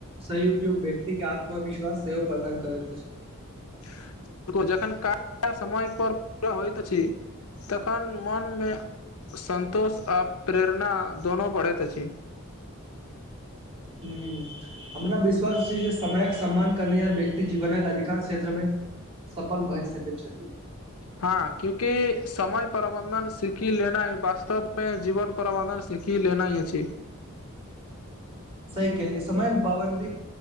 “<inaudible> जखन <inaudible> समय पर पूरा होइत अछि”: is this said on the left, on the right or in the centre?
Left